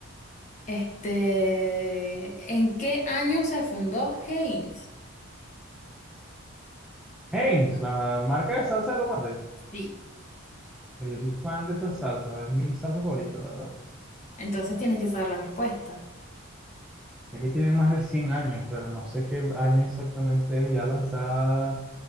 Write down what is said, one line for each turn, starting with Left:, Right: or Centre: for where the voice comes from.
Left: Este, ¿en qué año se fundó Heinz?
Centre: Heinz, la marca de salsa de tomate.
Left: Sí.
Centre: Pero yo soy fan de esa salsa, es mi salsa favorita, la verdad.
Left: Entonces tienes que saber la respuesta.
Centre: Sé que tiene más de 100 años, pero no sé qué año exactamente es. Ya lanzada